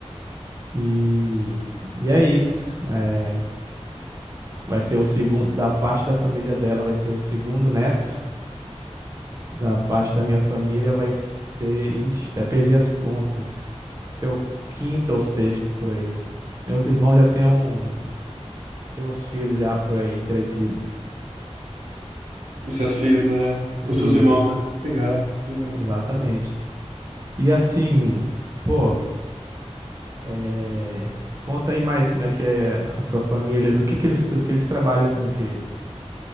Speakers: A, on the right; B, on the right.
A: E, e é isso. É, vai ser o segundo da parte da família dela vai ser o segundo neto, da parte da minha família vai ser, ixi, até perdi as contas. Vai ser o quinto ou sexto por aí. Meus irmãos já têm um, têm uns filhos já por aí crescidos.
B: Os seus filhos, é.
A: Isso,
B: Os seus irmãos, né? Legal, legal.
A: exatamente. E assim, pô, É, Conta aí mais como é que é a sua família, do que que eles, do que eles trabalham com o quê?